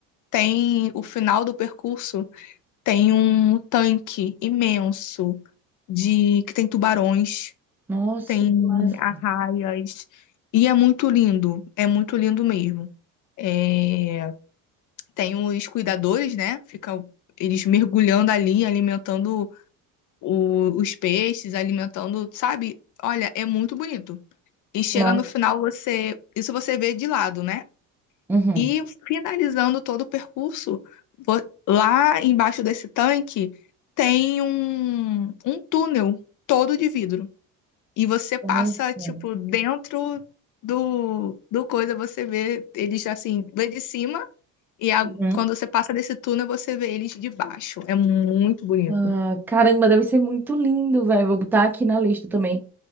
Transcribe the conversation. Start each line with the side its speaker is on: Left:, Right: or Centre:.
Left: Tem o final do percurso, tem um tanque imenso de que tem tubarões,
Centre: Nossa,
Left: tem
Centre: que massa.
Left: arraias e é muito lindo, é muito lindo mesmo. É, tem os cuidadores, né? Fica eles mergulhando ali, alimentando o- os peixes, alimentando, sabe? Olha, é muito bonito. E chega
Centre: não.
Left: no final, você, isso você vê de lado, né?
Centre: Uhum.
Left: E finalizando todo o percurso, vo- lá embaixo desse tanque tem um, um túnel todo de vidro. E você passa,
Centre: Nossa.
Left: tipo, dentro do, do coisa, você vê eles assim, vê de cima. E a-
Centre: Uhum.
Left: quando você passa desse túnel, você vê eles de baixo. É muito bonito.
Centre: Nossa. Caramba, deve ser muito lindo, velho. Vou botar aqui na lista também,